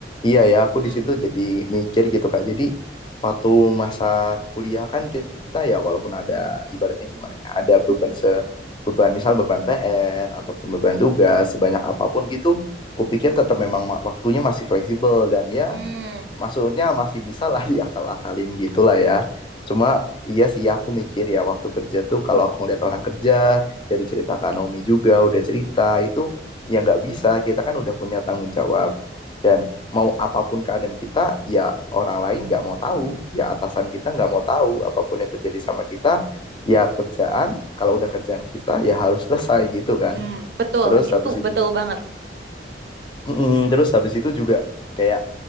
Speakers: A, on the left (about 25°); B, on the right (about 65°).
A: Iya ya, aku
B: Mm.
A: di situ jadi mikir gitu Kak. Jadi waktu masa kuliah kan kita ya walaupun ada ibaratnya gimana ya, ada beban se beban misal beban PR ataupun beban tugas sebanyak apapun gitu kupikir tetap memang waktunya masih fleksibel dan ya
B: Mm,
A: maksudnya masih bisa lah <laughs> diakal-akalin gitu lah ya. Cuma iya sih aku mikir ya waktu kerja tuh kalau aku ngeliat orang kerja dari cerita Kak Naomi juga udah cerita itu ya nggak bisa kita kan udah punya tanggung jawab dan mau apapun keadaan kita ya orang lain nggak mau tahu ya atasan kita nggak mau tahu apapun yang terjadi sama kita ya kerjaan kalau udah kerjaan kita ya harus selesai gitu kan
B: mm, betul,
A: terus
B: itu
A: habis itu
B: betul banget.
A: Mm-mm, terus habis itu juga kayak